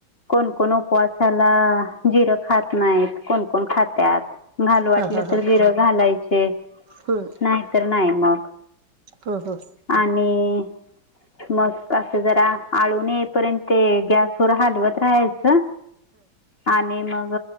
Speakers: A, on the left; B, on the right.
A: कोणकण उपवासाला जिरं खात नाहीत कोणकण खात्यात घालू वाटलं
B: हां हां हां
A: तर जिर घालायचे.
B: हं
A: नाही तर नाही मग
B: हं हं
A: आणि मस् असं जरा आळूनून येईपर्यंत गॅसवर हलवत राहायचं. आणि मग